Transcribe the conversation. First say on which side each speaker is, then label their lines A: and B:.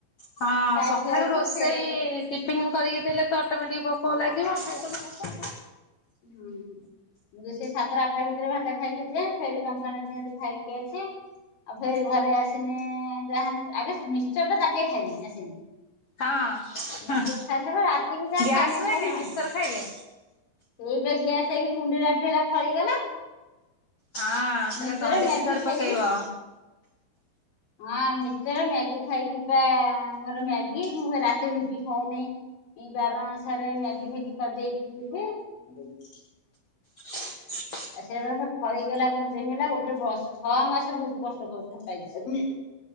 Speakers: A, on the left (about 60°); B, on the left (about 85°).
A: ହଁ,
B: ଖାଇ
A: ସକାଳୁ
B: ଖୁଆକି
A: ରୋଷେଇ-
B: ଫେରେ
A: ଟିଫନ୍ କରିକି ଦେଲେ ତ ଅଟୋମେଟିକ ଭୋକ ଲାଗିବ। ଖାଇଦେବା କଥା ଆଉ।
B: ହୁଁ। ସେ ସାତରେ ଆଠଟା ଭିତରେ ଭାତ ତା ଖାଇକି ଯେ। ଫେରି କମ୍ପାନୀରେ ଦିଅନ୍ତି ଖାଇକି ଆସେ। ଆଉ ଫର ଘରେ ଆସନି ଯାହାନେ ଆଗ ମିଶ୍ଚର୍ ଟା ତା ଟେ ଖାଇନି ଆସନି।
A: ହଁ
B: ମିଶ୍ଚର ଖାଇସରିବା ପରେ, ରାତିକି ଯାହା
A: ଗ୍ୟାସ
B: ଖାଇନି
A: ହୁଏନି
B: ଖାଇନି ନହଲେ ନାଇଁ।
A: ମିକ୍ସଚର ଖାଇଲେ।
B: ଏଇପ ଗ୍ୟାସ୍ ହେଇକି କୁଣ୍ଡି ରାମ୍ପି ହେଲା ଫଳିଗଲା।
A: ହଁ ସେଇଟା
B: ମିକ୍ସଚର
A: ଦଣ୍ଡିଶି
B: ମ୍ୟାଗି
A: ଧରି ପକେଇବ।
B: ଖାଇବି ହଁ ମିଶ୍ଚର, ମ୍ୟାଗି ଖାଇକି ବା ମୋର ମ୍ୟାଗି ମୁଁ ରାତିରେ ରୁଟି ଖାଏନି। ଏଇ ବାର ଅନୁସାରେ ମ୍ୟାଗି, ଫ୍ୟାଗି କରିଦେଇ ଇପି, ଲିପି,
A: ହ <unintelligible>
B: ଆଉ ସେ ଫଳିଗଲା କୁଣ୍ଡେଇ ହେଲା ଗୋଟେ ବ ଛଅ ମାସ ବହୁତ କଷ୍ଟ ପାଇଛି।